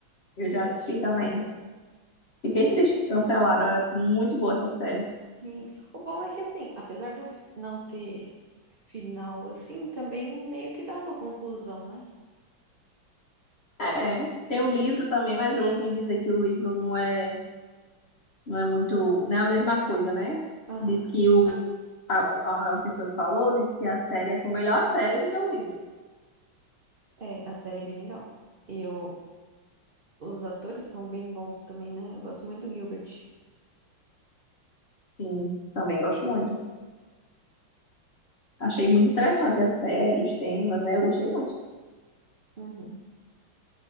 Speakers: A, on the left; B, on the right.
A: eu
B: Tu
A: já
B: já
A: assisti
B: assistiu?
A: também. Fiquei triste que cancelaram, era muito boa essa série.
B: Sim. O bom é que, assim, apesar do f- não ter final, assim, também meio que dá uma conclusão, né?
A: É, tem o
B: E-
A: livro também, mas eu ouvi dizer que o livro não é, não é muito, não é a mesma coisa, né?
B: Aham.
A: Diz que o, a, a pessoa que falou disse que a série achou melhor a série do que o livro.
B: É, a série é bem legal. E eu, os atores são bem bons também, né? Eu gosto muito do Gilbert.
A: Sim, também gosto muito. Achei muito interessante a série, os temas, né? Eu gostei muito.
B: Uhum.